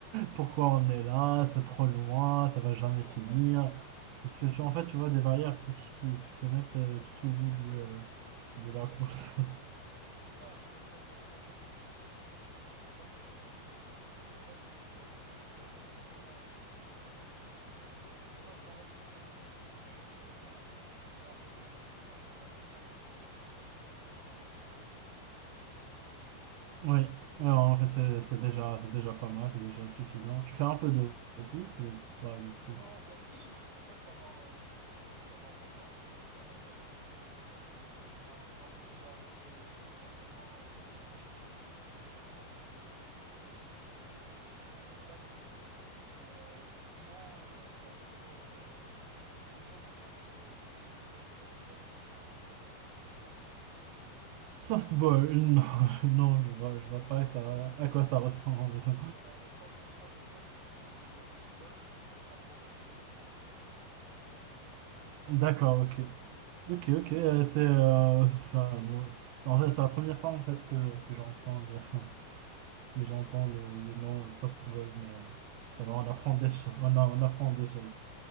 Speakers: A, on the right; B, on the right.
A: Ouais.
B: Pourquoi on est là? C'est trop loin, ça va jamais
A: <laughs>
B: finir. C'est- Tu, tu- en fait, tu vois des barrières psychiques qui, qui se mettent euh, tout au bout du, euh, de la course. <laughs>
A: Mais c'est ça, hein. moi, moi c'est vraiment ça qui me fait peur, quoi. Donc c'est pour ça que pour ça que ça, ça m'intéresse moins, en fait, le, le, le- le marathon. C'est pour ça que je m'arrête au semi. Au semi, je, suis- je suis bien. C'est largement suffisant. Je m'amuse en plus pendant un semi. J'arrive à m'amuser. Donc, euh,
B: Oui,
A: donc c'est, c'est
B: Ouais, en
A: bien.
B: fait, c'est c'est déjà, c'est déjà pas mal, c'est déjà suffisant. Tu fais un peu de foot ou pas du tout?
A: Non, ben, <clears throat> en fait, pendant, euh, j'ai fait du foot pendant longtemps, pendant pas mal d'années. Euh, mais, en- mais ensuite j'ai arrêté. Et puis tu vois, maintenant, euh, maintenant je fais, je fais de la course, je fais beaucoup, beaucoup de courses, je vais à, à la salle aussi. Mais, euh, mais sinon, euh, ça fait, euh, ça fait deux ans maintenant que je me suis mis au softball. Je sais pas si tu vois ce que c'est.
B: Softball, non, <laughs> non, je vois, je vois
A: Euh,
B: pas
A: ben,
B: que ça va-
A: le-
B: à quoi ça ressemble. <laughs>
A: Alors le soft, le softball, si tu veux, c'est le baseball, mais pas professionnel, en fait. Voilà.
B: D'accord, ok.
A: Donc
B: Ok,
A: euh, on
B: ok, euh,
A: a...
B: c'est euh, c'est un autre- en fait, c'est la première fois en fait que, que j'entends le, <laughs> que j'entends le, le nom softball, mais euh,
A: <laughs>
B: ça va, on apprend des choses. On, a- on apprend des choses.